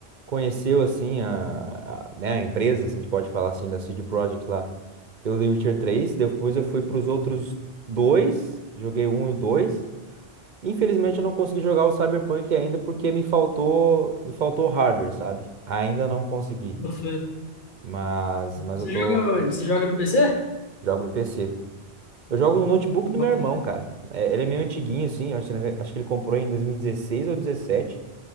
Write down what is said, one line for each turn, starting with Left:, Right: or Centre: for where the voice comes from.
Right: conheceu assim a, a- né, a empresa, se a gente pode falar assim da CD Projekt lá, pelo The Witcher 3. Depois eu fui para os outros dois, joguei um e o dois. Infelizmente eu não consegui jogar o Cyberpunk ainda porque me faltou, me faltou hardware, sabe? Ainda não consegui,
Left: Botafé.
Right: mas mas
Left: Você
Right: eu tô
Left: joga onde? Você joga no PC?
Right: jogo no PC. Eu jogo no notebook do
Left: Botafé.
Right: meu irmão, cara. É, ele é meio antiguinho assim, eu acho, acho que ele comprou em 2016 ou 17